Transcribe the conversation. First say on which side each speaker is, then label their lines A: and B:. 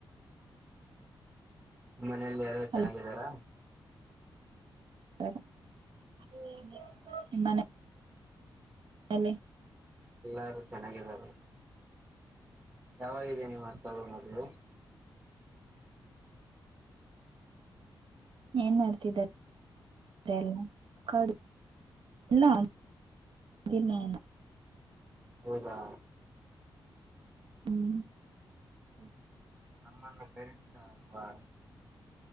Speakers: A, on the right; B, on the right.
A: ಮನೆಲ್ಲಿ ಎಲ್ರು ಚೆನ್ನಾಗಿದಾರಾ
B: ಹಲೋ ತರ್ ನಿಮ್ ಮನೆ ಯಲ್ಲಿ
A: ಎಲ್ಲಾರು ಚೆನ್ನಾಗಿದರೆ ಯಾವಾಗಾಗಿದೆ ನೀವು ಅರ್ತಗದಲು
B: ಏನ್ ಮಾಡ್ತಿದ ದೆಲ್ಲ ಕಾ ಎಲ್ಲ ಹಗ್ ಏನು ಇಲ್ಲ
A: ಹೌದಾ
B: ಹ್ಮ್ <unintelligible>
A: ನಮ್ಮನ್ನು ಕರಿತೀರ ಅಲ್ವಾ